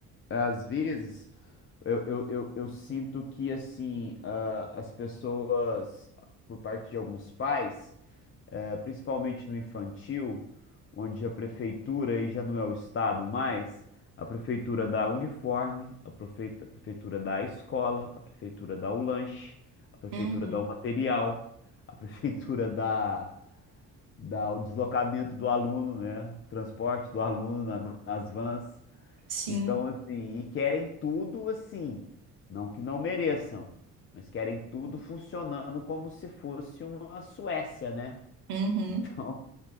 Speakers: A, on the left; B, on the right.
A: às vezes, eu, eu, eu, eu sinto que, assim, ah, as pessoas, por parte de alguns pais, eh, principalmente no infantil, onde a prefeitura, aí já não é o estado mais, a prefeitura dá uniforme, a prefeitura dá a escola, a prefeitura dá o lanche, a prefeitura
B: Uhum.
A: dá o material, a prefeitura <laughs> dá, dá o deslocamento do aluno, né? O transporte do aluno na- nas vans.
B: Sim.
A: Então, assim, e querem tudo assim, não que não mereçam, mas querem tudo funcionando como se fosse uma Suécia, né? <laughs>
B: Uhum.
A: Então,